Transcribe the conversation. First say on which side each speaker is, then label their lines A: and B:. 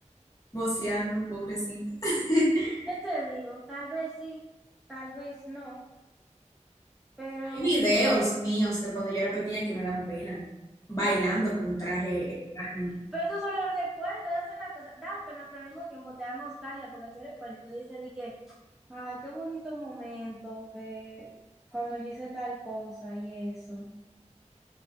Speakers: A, on the left (about 25°); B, in the centre.
A: Voceando, pobrecita. <laughs>
B: ¿Qué te digo? Tal vez sí, tal vez no, pero
A: Hay videos míos de cuando yo era pequeña que me dan pena, bailando con traje extraño.
B: Pero esos son los recuerdos, esas son las cosas. Dan pena, pero al mismo tiempo te da nostalgia porque tú recuerdas y tú dices de que, ay, qué bonito momento, que cuando yo hice tal cosa y eso.